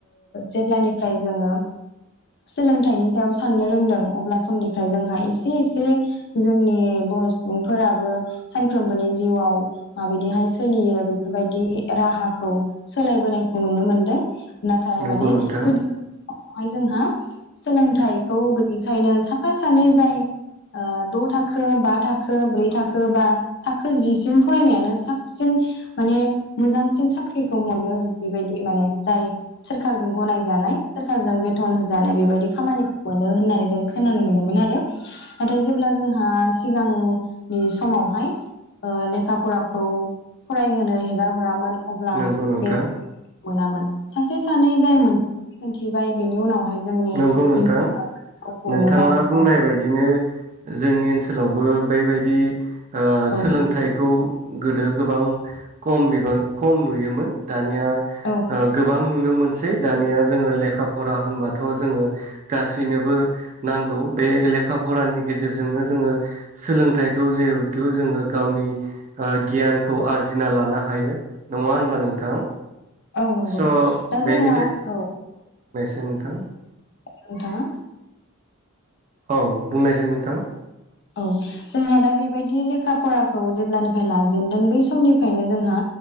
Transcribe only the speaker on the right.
नंगौ
नोंथां
नंगौ नोंथां।
नोंगौ
नोंथां
नोंथाङा
बुंनाय बायदिनो जोंनि ओनसोलावबो बेबायदि ओ
सोलोंथाइखौ गोदो गोबां खम बिबां खम नुयोमोन दा निया
गोबां नु नुनो मोनसै दानिया जोङो लेखा फरा होनबा थ जोङो गासैनोबो नांगौ बे लेखा फरानि गेजेरजोंनो जोङो सोलोंथाइखौ जिहेथु जोङो गावनि गियानखौ आरजि ना लानो हायो नङा होनबा नोंथां।
स'
बेनिखाय
नोंथां।
औ बुंनायसाय नोंथां।